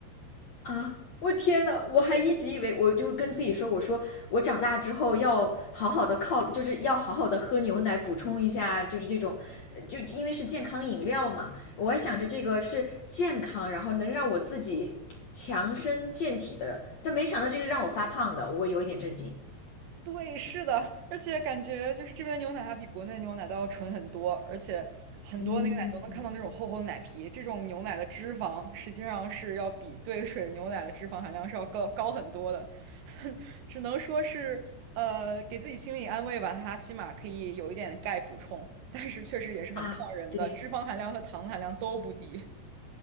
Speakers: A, on the left; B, on the right.
A: 啊！我天呐，我还一直以为，我就跟自己说，我说我长大之后要好好的靠，就是要好好的喝牛奶，补充一下，就是这种，呃就因为是健康饮料嘛，我还想着这个是健康，然后能让我自己强身健体的，但没想到这个让我发胖的，我有一点震惊
B: 对，是的，而且感觉就是这边的牛奶它比国内的牛奶都要纯很多，而且很多那个奶都能看到那种厚厚的奶皮。
A: 嗯，
B: 这种牛奶的脂肪实际上是要比兑水牛奶的脂肪含量是要高高很多的，<laughs> 只能说是呃给自己心理安慰吧，它起码可以有一点钙补充，但是确实也是很胖人的，
A: 啊！对。
B: 脂肪含量和糖含量都不低。